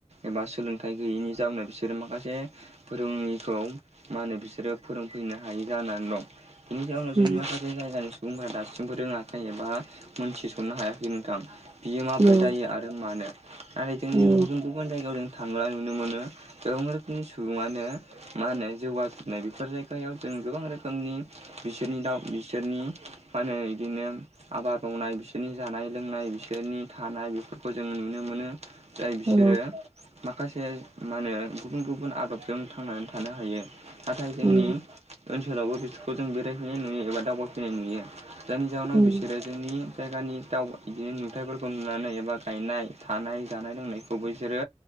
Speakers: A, on the right; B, on the right.
A: एबा सोलोंथाइ गैयैनि जाउनाव बिसोरो माखासे रोङिखौ मा होनो बिसोरो फोरोंफैनो हायि जानानै दं। बिनि जाउनाव जोंनि
B: उम
A: माखासे जायगानि सुबुंफोरा दा सिमबो रोङाखै एबा मोनथिसननो हायाखै नोंथां बियो माबफोर
B: औ
A: जायो आरो आरो मानो नाथाय जोंनि
B: औ
A: गुबुन गुबुन जायगायाव जों थांनाय नुनो मोनो। गोबां रोखोमनि सुबुङानो मा होनो जौगासुनाय बेफोर जायगायाव जों गोबां रोखोमनि बिसोरनि दाउ बिसोरनि फानो बिदिनो आबाद मावनाय बिसोरनि जानाय लोंनाय बिसोरनि थानाय बेफोरखौ जों नुनो मोनो। जाय बिसोरो
B: औ औ
A: माखासे मा होनो गुबुन गुबुन आदबजों थांनानै थानो हायो। नाथाय
B: उम
A: जोंनि ओनसोलावबो बिसोरखौ जों बेरायफैनाय नुयो एबा दावबायफैनाय नुयो। जायनि जाहोनाव
B: उम
A: बिसोरो जोंनि जायगानि दाउ बिदिनो नुथाइफोरखौ नुनानै एबा गायनाय थानाय जानाय लोंनाय खौ बिसोरो